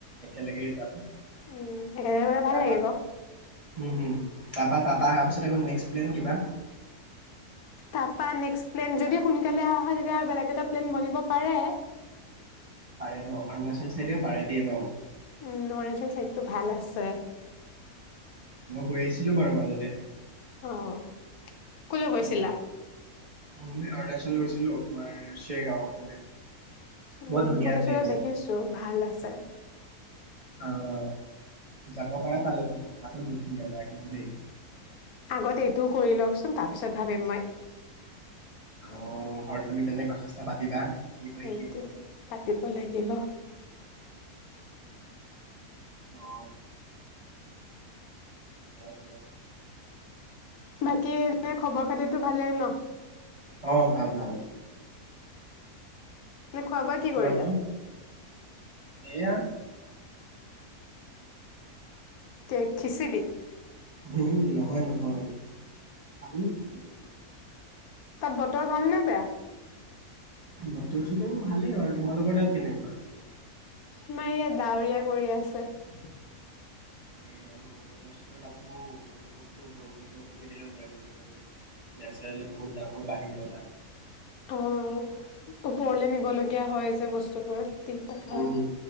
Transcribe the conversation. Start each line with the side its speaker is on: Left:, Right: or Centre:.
Right: একেলগে যাম।
Left: উম, একেলগে গ'লে ভাল
Right: তাৰ
Left: লাগিব।
Right: পৰা? হম হম--তাৰ পৰা তাৰ পৰা <unintelligible> <unintelligible> কিবা
Left: তাৰপা নেক্সট প্লেন যদি সোনকালে আহ' তেতিয়া আৰু বেলেগ এটা প্লেন বনিব পাৰে
Right: পাৰে ন অৰুণাচল চাইডেও পাৰে দেই ন
Left: উম অৰুণাচল চাইডটো ভাল আছে
Right: গৈছিলো বাৰু মাজতে
Left: অঁ ক'লৈ গৈছিলা
Right: উম আমি অৰুণাচল গৈছিলো তোমাৰ শ্বেৰগাঁৱৰ ফালে
Left: উম
Right: বহুত ধুনীয়া
Left: ফটো-চটো
Right: প্লেচ
Left: দেখিছো ভাল আছে।
Right: অঁ যাব পাৰা তালৈকেও তাতো বহুত ধুনীয়া জাগা কিন্তু দেই
Left: আগত এইটোও কৰি লওকচোন তাৰপিছত ভাবিম মই
Right: অঁ ঘৰত তুমি তেন্তে কথা চথা পাতিবা কি হয়
Left: সেইটোৱে
Right: কি নহয়
Left: পাতিব লাগিব।
Right: অ <unintelligible>
Left: বাকী এনে খবৰ খাতিতো ভালেই ন
Right: অঁ ভাল ভাল
Left: <unintelligible> খোৱা-বোৱা কি
Right: তোমালোকৰ
Left: কৰিলা
Right: এয়া
Left: <unintelligible> খিচিৰি
Right: উম নহয় নহয় আমি <unintelligible>
Left: তাত বতৰ ভাল নে বেয়া?
Right: বতৰ-চতৰ ভালেই বাৰু তোমালোকৰ তাত কেনেকুৱা
Left: আমাৰ ইয়াত ডাৱৰীয়া কৰি আছে
Right: ডাৱৰীয়া ন বতৰ-চতৰ <unintelligible> বৰষুণ-চৰষুণ নিদিলে হ'ল দাৰ্জিলিঙতো লেণ্ডশ্লাইড হ'লে বহুত দামবোৰ বাঢ়ি যায় তাত
Left: অঁ ওপৰলে নিবলগীয়া হয় যে বস্তুবোৰ দিগদাৰ
Right: উম,
Left: হয়।